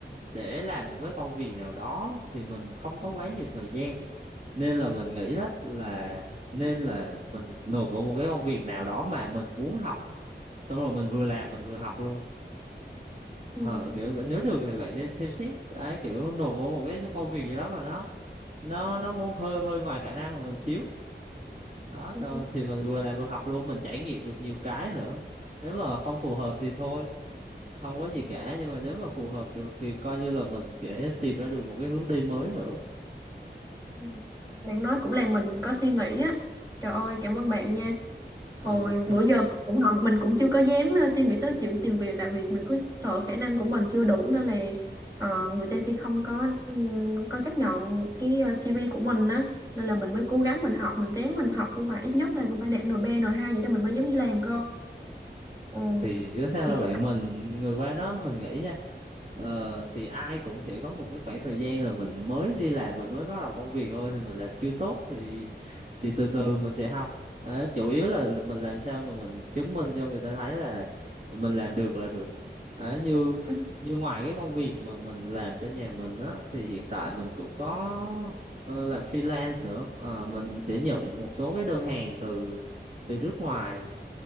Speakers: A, on the right; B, on the right.
A: để làm một cái công việc nào đó thì mình không có quá nhiều thời gian nên là mình nghĩ đó là nên là mình nộp vào một cái công việc nào đó mà mình muốn học xong rồi mình vừa làm mình vừa học luôn
B: Ừ.
A: ờ kiểu nếu được thì vậy nên xem xét ấy kiểu nộp vào một cái công việc gì đó mà nó nó nó ngon hơi hơi ngoài khả năng của mình xíu đó,
B: Ừ.
A: đó thì mình vừa làm vừa học luôn mình trải nghiệm được nhiều cái nữa nếu mà không phù hợp thì thôi không có gì cả nhưng mà nếu mà phù hợp được thì coi như là mình sẽ tìm ra được một cái hướng đi mới nữa
B: Ừ. Bạn nói cũng làm mình có suy nghĩ á trời ơi cảm ơn bạn nha
A: ờ,
B: Hồi bữa giờ mình cũng không, mình cũng chưa có dám ờ, suy nghĩ tới chuyện tìm việc tại vì mình cứ sợ khả năng của mình chưa đủ nên là ờ, người ta sẽ không có ừm, có chấp nhận cái ờ, CV của mình á nên là mình mới cố gắng mình học mình ráng mình học cũng phải ít nhất là cũng phải đạt NB N2 vậy đó mình mới dám đi làm cơ. Ừ.
A: thì chứ sao
B: Hiện
A: đâu bạn mình người qua đó mình nghĩ nha ờ, thì ai cũng sẽ có một cái khoảng thời gian là mình mới đi làm mình mới bắt đầu công việc thôi thì mình làm chưa tốt thì thì từ từ
B: Ừ.
A: mình sẽ học Đó, chủ yếu là mình làm sao mà mình chứng minh cho người ta thấy là mình làm được là được Đó, như
B: ừ,
A: như ngoài cái công việc mà mình làm cho nhà mình á thì hiện tại mình cũng có ờ, làm freelance nữa Ờ, mình sẽ nhận một số cái đơn hàng từ từ nước ngoài